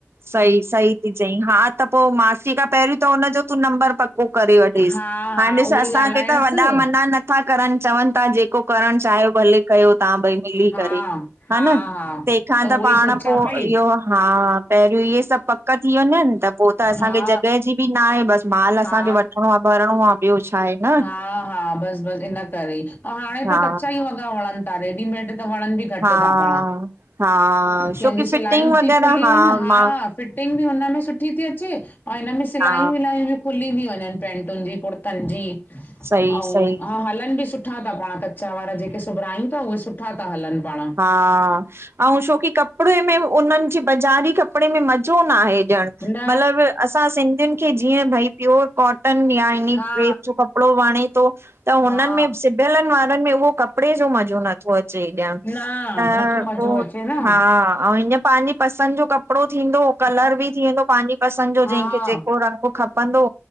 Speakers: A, on the right; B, on the left.
A: सही, सही ती चई। हा त पो मासी खां पहिरीं त हुनजो तूं नंबर पक् को करे वठेस।
B: हा हा
A: हाणे ॾिस
B: उहो ई
A: असांखे
B: ॻाल्हायसि
A: त वॾा मना नथा करन चवन ता जे को करण चायो, भले कयो तवां ॿई मिली
B: हा
A: करे।
B: हा
A: हन,
B: हा
A: तेंखां
B: उहो
A: त
B: ई
A: पाण
B: सोचां
A: पो‌
B: पई
A: इयो हा पेरियों इये सभ पक थी वञन, त पो त असांखे
B: हा
A: जॻह जी बि नाए, बस माल
B: हा
A: असांखे वठणो आहे, भरणो आहे, ॿियो छा आहे, न?
B: हा हा बस बस इन करे ई, अऊं हाणे
A: हा
B: त कचा ई वॻा वणन ता रेडीमेड त वणन बि घट
A: हा
B: ता पाण।
A: हा
B: केंज्यूं
A: छोकी
B: सिलायूं
A: फिटिंग वग़ैरह
B: ती खुली वंञ,
A: हा
B: हा
A: मां
B: फिटिंग बि उनमें सु थी अचे और हिन में सिलायूं
A: हा
B: वि खुली बि वञन पेंटून जी, कुर्तन जी
A: सही
B: अऊं,
A: सही
B: हा हलन बि सु सुठा था पाण कचा वारा, जेके सुबरायूं तां, उहे सुठा था हलनि पाण।
A: हा, अऊं छोकि कपड़े में, उनन जी बज़ारी कपड़े में मज़ो न आहे।
B: न
A: मतलब, असां सिंधिन खे जीअं भई प्योर कॉटन या ईनी
B: हा
A: <unintelligible> जो कप कपड़ो वणे तो, त हुनन
B: हा
A: में सिबयलन वारन में उओ कपड़े जो मज़ो नथो अचे ॼण।
B: न,
A: त
B: नथो मजो
A: पोइ
B: अचे न।
A: हा, अऊं हींअ पांजी पसंद जो कपड़ो थींदो कलर बि थी वेंदो पांजी पसंद जो,
B: हा
A: जेंखे जेको रंग खपंदो,